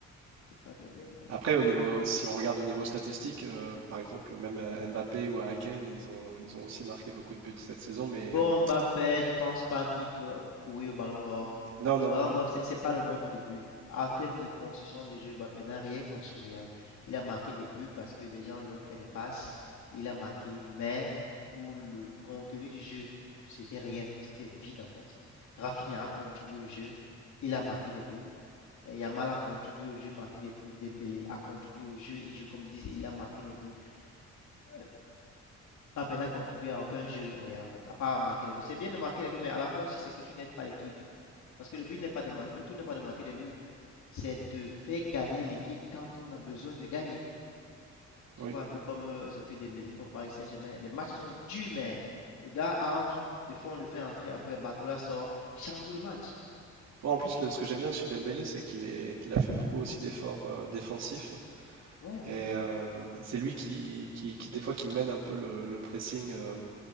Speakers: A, on the left; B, on the right.
A: C'est pas donné. Donc,
B: Après, au niveau, si on regarde au niveau statistique, euh, par exemple, même euh, Mbappé ou Harry Kane, ils ont, ils ont aussi marqué beaucoup de buts cette saison, mais
A: Bon, Mbappé, je pense pas qu'il peut courir au Ballon d'Or.
B: non, non,
A: Le Ballon
B: non.
A: d'Or, c'est c'est pas le nombre de buts. En termes de construction de jeu, Mbappé n'a rien construit. réel. Il a marqué des buts parce que des gens lui ont fait des passes. Il a marqué, mais pour le contenu du jeu, c'était rien. C'était vide en fait. Rafinha a contribué au jeu. Il a marqué des buts. Et Yamal a contribué au jeu, marqué des buts. Dembélé a contribué au jeu. Il joue comme disent, il a marqué des buts. Euh, Mbappé n'a contribué à aucun jeu au Real en fait, à part marquer les buts. C'est bien de marquer les buts, mais à la fin si c'est que tu n'aides pas l'équipe. Parce que le but n'est pas de marquer, le tout n'est pas de marquer des buts, c'est de faire gagner l'équipe quand on a besoin de gagner.
B: Oui.
A: Tu vois, un peu comme euh, ce que Dembélé fait au Paris Saint-Germain. Les matchs sont durs, mais le gars entre, des fois on le fait entrer, après Bacola sort, il change le match.
B: Ouais, en plus, le- ce que j'aime bien chez Dembélé, c'est qu'il est, qu'il a fait beaucoup aussi d'efforts euh, défensifs.
A: Ouais, ouais.
B: Et euh, c'est lui qui, qui, qui, des fois, qui mène un peu le, le pressing euh,